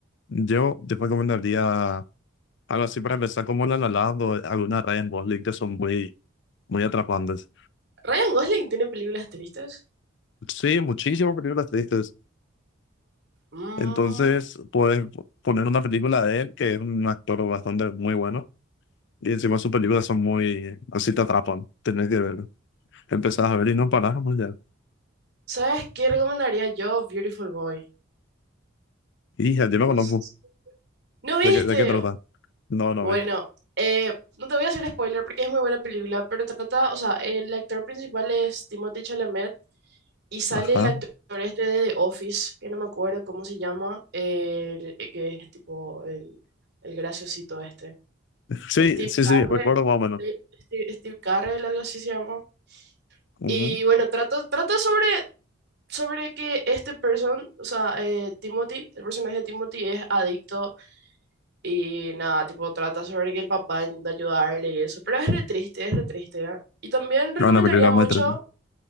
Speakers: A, on the left (about 60°); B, on the right (about 55°).
A: Yo te recomendaría algo así para empezar, como la La Land o alguna Rainbow League que son muy, muy atrapantes.
B: ¿Ryan Gosling tiene películas tristes?
A: Sí, muchísimas películas tristes.
B: Mm,
A: Entonces, puedes poner una película de él, que es un actor bastante muy bueno, y encima sus películas son muy, así te atrapan, tenés que verlo. Empezás a ver y no parás, pues ya.
B: ¿sabes qué recomendaría yo? Beautiful Boy.
A: Y ya yo me
B: No
A: conozco.
B: sé si- ¿No viste?
A: ¿De qué, de qué trata? No, no
B: Bueno,
A: vi.
B: eh, no te voy a hacer spoiler porque es muy buena película, pero trata, o sea, el actor principal es Timothée Chalamet Y sale
A: Ajá.
B: el actor este de The Office, que no me acuerdo cómo se llama, el- eh, que es tipo el, el graciosito este.
A: Sí,
B: Steve
A: sí,
B: Carrell,
A: sí, recuerdo más o menos.
B: sí, Steve, Steve Carrell, algo así se llama.
A: Ujú.
B: Y bueno, trata, trata sobre, sobre que este person, o sea, eh, Timothy, el personaje de Timothy es adicto y nada, tipo trata sobre que el papá intenta ayudarle y eso. Pero es re triste, es re triste, ¿eh? Y también recomendaría
A: No, Una película
B: mucho...
A: muy triste.